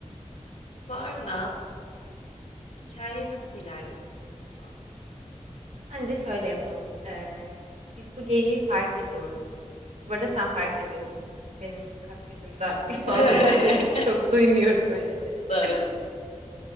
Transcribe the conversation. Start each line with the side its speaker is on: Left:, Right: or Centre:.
Left: Sonra hikaye nasıl ilerletsek acaba?
Right: Bence şöyle yapalım. Eee, biz bu geyiği fark ediyoruz.
Left: Hı
Right: Bu
Left: hı.
Right: arada sen fark ediyorsun. Benim kas gücüm daha <laughs> fazla
Left: <laughs>
Right: olduğu için çok duymuyorum öyle şeyleri.
Left: Doğru.